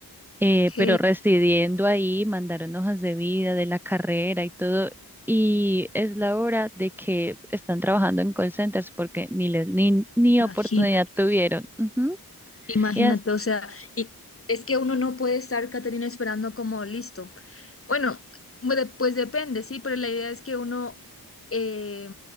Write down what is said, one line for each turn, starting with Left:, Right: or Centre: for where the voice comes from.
Centre: eh,
Left: Ok,
Centre: pero residiendo ahí, mandaron hojas de vida de la carrera y todo. Y es la hora de que están trabajando en call centers porque ni les, ni, ni
Left: imagínate.
Centre: oportunidad tuvieron. Ujú.
Left: imagínate,
Centre: Y
Left: o sea, y es que uno no puede estar, Caterina, esperando como listo. Bueno, de- pues depende, sí, pero la idea es que uno, eh,